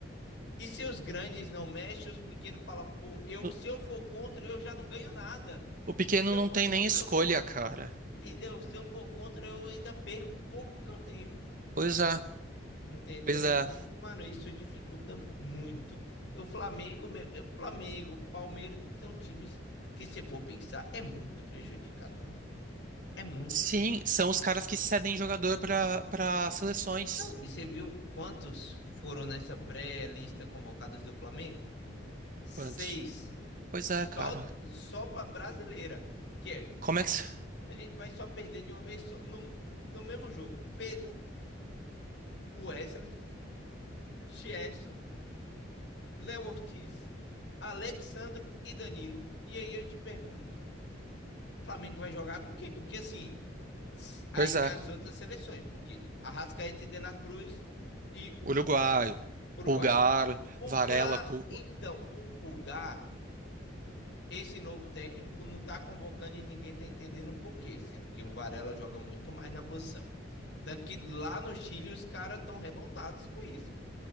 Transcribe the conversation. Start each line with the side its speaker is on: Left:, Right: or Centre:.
Left: E se os grandes não mexem, os pequenos falam, pô, eu,
Right: No-
Left: se eu for contra, eu já não ganho nada.
Right: O pequeno
Left: Se eu
Right: não
Left: for
Right: tem
Left: contra,
Right: nem escolha,
Left: eu-
Right: cara.
Left: entendeu? Se eu for contra, eu ainda perco o pouco que eu tenho.
Right: Pois é,
Left: Entendeu?
Right: pois
Left: Então,
Right: é.
Left: mano, isso dificulta muito. O Flamengo, me- o Flamengo, Palmeiras são times que, se for pensar, é muito prejudicado no ano. É muito.
Right: Sim, são os caras que cedem jogador para para seleções.
Left: Não, e você viu quantos foram nessa pré-lista convocados do Flamengo? Seis.
Right: Quantos? Pois é,
Left: Só,
Right: cara.
Left: só para brasileira. Que é,
Right: Como é que. se-
Left: a gente vai só perder de uma vez só, no, no mesmo jogo. Pedro, Wesley, Gerson, Léo Ortiz, Alexandro e Danilo. E aí eu te pergunto. Flamengo vai jogar com quem? Porque assim, aí
Right: Pois
Left: tem
Right: é.
Left: as outras seleções, porque Arrascaeta e De La Cruz e
Right: Uruguaio,
Left: o Puga- Uruguai.
Right: Pulgar,
Left: Pulgar,
Right: Varela. Pul-
Left: então, o Pulgar, esse novo técnico não tá convocando e ninguém tá entendendo o porquê, sendo que o Varela joga muito mais na posição. Tanto que lá no Chile os caras estão revoltados com isso,